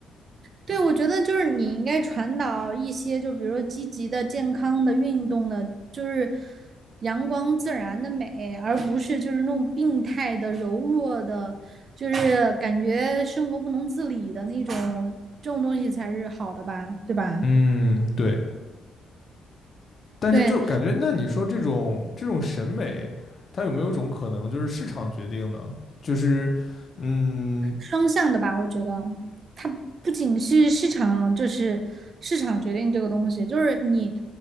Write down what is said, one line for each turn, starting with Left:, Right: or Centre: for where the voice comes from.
Right: 对，我觉得就是你应该传导一些，就比如说积极的、健康的、运动的，就是阳光自然的美，而不是就是那种病态的、柔弱的，就是感觉生活不能自理的那种，这种东西才是好的吧？对吧？
Left: <laughs> 嗯，对。但是就感觉，
Right: 对，
Left: 那你说这种这种审美，它有没有一种可能就是市场决定呢？就是嗯
Right: 双向的吧，我觉得它不仅是市场，就是市场决定这个东西，就是你